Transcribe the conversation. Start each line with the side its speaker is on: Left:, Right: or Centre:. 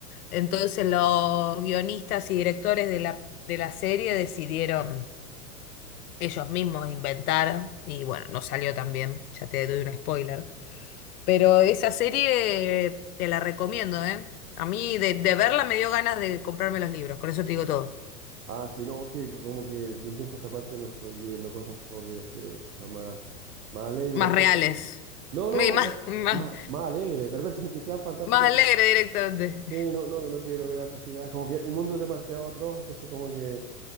Left: Entonces los guionistas y directores de la, de la serie decidieron ellos mismos inventar, y bueno, no salió tan bien, ya te doy un spoiler. Pero esa serie eh, te la recomiendo, ¿eh? A mí de, de verla me dio ganas de comprarme los libros, con eso te digo todo.
Right: Ah, sí, no, que como que de un tiempo a esta parte no estoy leyendo cosas sórdidas, quiero ver cosas más, más alegres,
Left: Más
Right: no sé
Left: reales.
Right: si... No, no,
Left: Y más,
Right: más,
Left: <laughs> más,
Right: más, más alegres, de repente <laughs> que sean fantásticas,
Left: más alegre
Right: pero...
Left: directamente.
Right: Sí, no, no, no quiero ver atrocidades, como que el mundo es demasiado atroz, entonces como que